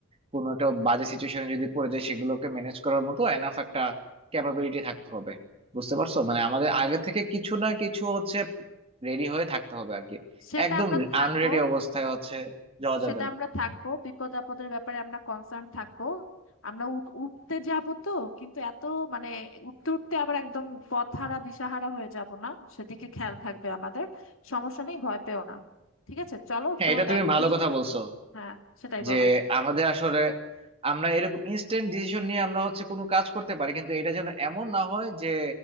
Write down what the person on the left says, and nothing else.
সেটা
আমরা থাকবো
সেটা
আমরা থাকবো বিপদ আপদের ব্যাপারে আমরা কনসার্ন থাকবো আমরা উঠ- উঠতে যাব তো কিন্তু এত মানে উঠতে উঠতে আবার একদম পথহারা দিশাহারা হয়ে যাব না সেদিকে খেয়াল থাকবে আমাদের সমস্যা নেই ভয় পেও না ঠিক আছে চলো
তোমার
ব্যাগ
গুছ
হ্যাঁ সেটাই
বলো